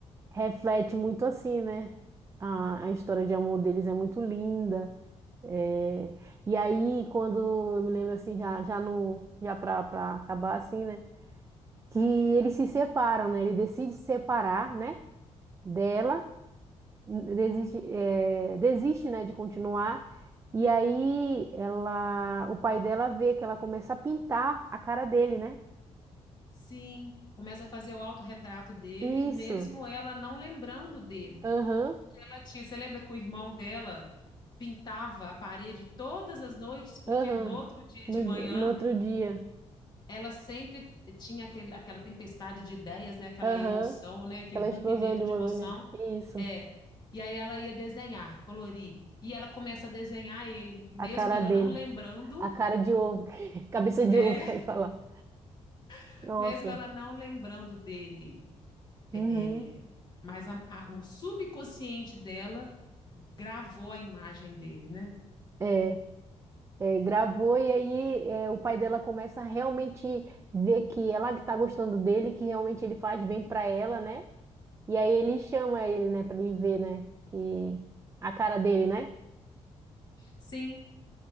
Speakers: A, on the right; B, on the left.
A: reflete muito assim, né? A, a história de amor deles é muito linda. É, E aí, quando eu me lembro assim, já, já no, já pra, pra acabar assim, né? Que eles se separam, né? Ele decide se separar, né? Dela, n- desiste, é, desiste, né? De continuar. E aí, ela, o pai dela vê que ela começa a pintar a cara dele, né?
B: Sim, começa a fazer o autorretrato dele,
A: Isso.
B: mesmo ela não lembrando dele.
A: Aham,
B: Porque ela tinha, você lembra que o irmão dela pintava a parede todas as noites, porque
A: aham.
B: no outro dia de
A: No,
B: manhã
A: no outro dia.
B: ela sempre tinha aquele, aquela tempestade de ideias, né, aquela
A: Aham.
B: emoção, né, aquele
A: Aquela
B: rompimento
A: explosão de
B: de
A: Amazônia.
B: emoção.
A: Isso.
B: É, e aí ela ia desenhar, colorir. E ela começa a desenhar ele, mesmo
A: A cara
B: ela
A: dele.
B: não lembrando,
A: A cara de ovo. <laughs> Cabeça de
B: é,
A: ovo, quero falar.
B: <laughs>
A: Nossa.
B: mesmo ela não lembrando dele. É,
A: Uhum.
B: é, mas a- a- o subconsciente dela gravou a imagem dele, né?
A: É, é, gravou e aí é, o pai dela começa a realmente ver que ela que tá gostando dele, que realmente ele faz bem pra ela, né? E aí ele chama ele, né, pra ele ver, né, que a cara dele, né?
B: Sim.